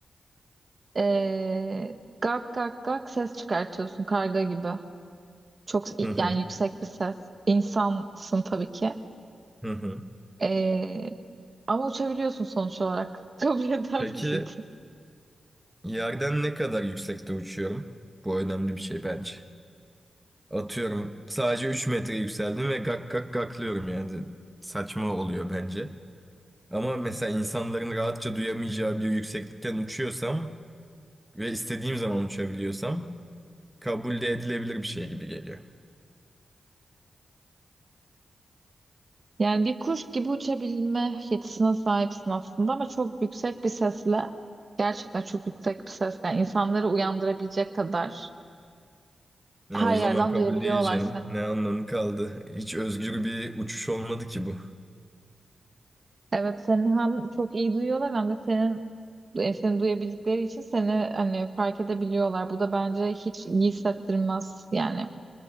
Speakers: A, on the right (about 45°); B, in the centre.
A: eee gak gak gak ses çıkartıyorsun karga gibi. Çok
B: hı hı,
A: yani yüksek bir ses. İnsansın tabii ki.
B: hı hı.
A: Eee, ama uçabiliyorsun sonuç olarak. <laughs> Kabul eder
B: Peki
A: miydin?
B: yerden ne kadar yüksekte uçuyorum? Bu önemli bir şey bence. Atıyorum sadece 3 metre yükseldim ve gak gak gaklıyorum yani. Saçma oluyor bence. Ama mesela insanların rahatça duyamayacağı bir yükseklikten uçuyorsam ve istediğim zaman uçabiliyorsam kabul de edilebilir bir şey gibi geliyor.
A: Yani bir kuş gibi uçabilme yetisine sahipsin aslında ama çok yüksek bir sesle gerçekten çok yüksek bir sesle yani insanları uyandırabilecek kadar
B: Ya
A: her
B: o zaman
A: yerden
B: kabul
A: duyabiliyorlar
B: değil canım.
A: seni.
B: Ne anlamı kaldı? Hiç özgür bir uçuş olmadı ki bu.
A: Evet seni hem çok iyi duyuyorlar hem de senin e, seni duyabildikleri için seni hani fark edebiliyorlar. Bu da bence hiç iyi hissettirmez yani.